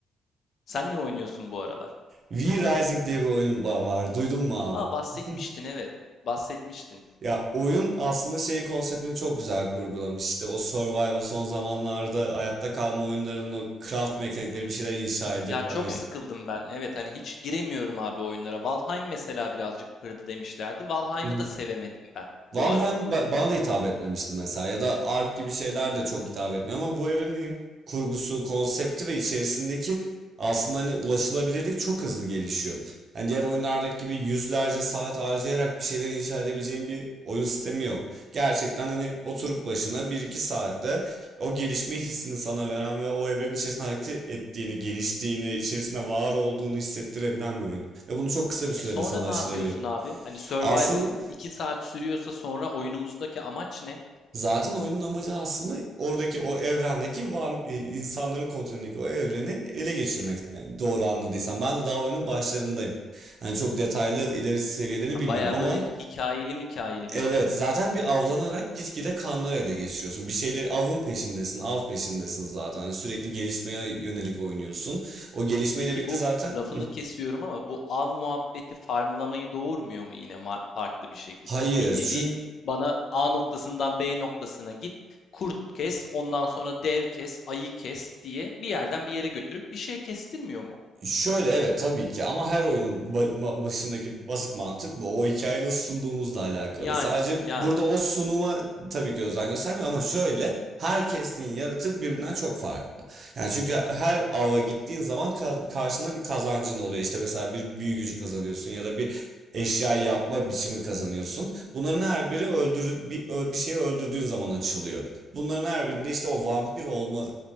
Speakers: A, on the left; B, on the right.
A: Sen ne oynuyorsun bu aralar?
B: V Rising diye bir oyunun ba- var. Duydun mu abi?
A: Aa bahsetmiştin
B: <laughs>
A: evet. Bahsetmiştin.
B: Ya oyun aslında şey konseptini çok güzel kurgulamış. İşte o survival son zamanlarda hayatta kalma oyunlarının o craft mekanikleri bir şeyler inşa edip
A: Ya
B: hani
A: çok sıkıldım ben. Evet hani hiç giremiyorum abi oyunlara. Valheim mesela birazcık kırdı demişlerdi. Valheim'ı
B: <laughs>
A: da sevemedim ben bu
B: Valheim
A: arada.
B: ba- bana da hitap etmemişti mesela ya da Ark gibi şeyler de çok hitap etmiyor ama bu evrenin kurgusu, konsepti ve içerisindeki aslında hani ulaşılabilirlik çok hızlı gelişiyor. Hani diğer oyunlardaki gibi yüzlerce saat harcayarak bir şeyler inşa edebileceğin bir oyun sistemi yok. Gerçekten hani oturup başına bir iki saatte o gelişme hissini sana veren ve o evrenin içerisinde hareket ettiğini, geliştiğini, içerisinde var olduğunu hissettirebilen bir oyun. Ve bunu çok kısa bir sürede
A: E sonra
B: sana
A: ne
B: aşılayabiliyor.
A: yapıyorsun abi? Hani survival
B: Aslında
A: 2 saat sürüyorsa sonra oyunumuzdaki amaç ne?
B: Zaten oyunun amacı aslında oradaki o evrendeki van, e, insanların kontrolündeki o evrenin ele geçirmek. Yani doğru anladıysam. Ben de daha oyunun başlarındayım. Hani çok detaylı ilerisi seviyelerini
A: Ha,
B: bilmiyorum
A: Baya
B: ama
A: böyle hikayeli hikayeli
B: evet
A: bir oyun.
B: zaten bir avlanarak gitgide kanlar ele geçiriyorsun. Bir şeyler avın peşindesin, av peşindesin zaten. Hani sürekli gelişmeye yönelik oynuyorsun. O gelişmeyle
A: Peki
B: birlikte
A: bu
B: zaten
A: lafını kesiyorum ama bu av muhabbeti farmlamayı doğurmuyor mu yine ma- farklı bir şekilde?
B: <laughs> Hayır,
A: Hani bir nevi
B: çünkü
A: bana A noktasından B noktasına git, kurt kes, ondan sonra dev kes, ayı kes diye bir yerden bir yere götürüp bir şey kestirmiyor mu?
B: Şöyle evet tabii ki ama her oyunun ba- ma- başındaki basit mantık bu. O hikayeyi nasıl sunduğumuzla alakalı.
A: Yani,
B: Sadece
A: yani.
B: burada o sunuma tabii ki özen göstermiyor ama şöyle herkesin yaratık birbirinden çok farklı. Yani çünkü her ava gittiğin zaman ka- karşında bir kazancın oluyor. İşte mesela bir büyü gücü kazanıyorsun ya da bir eşya yapma biçimi kazanıyorsun. Bunların her biri öldürü bir, ö- bir şeyi öldürdüğün zaman açılıyor. Bunların her birinde işte o vampir olma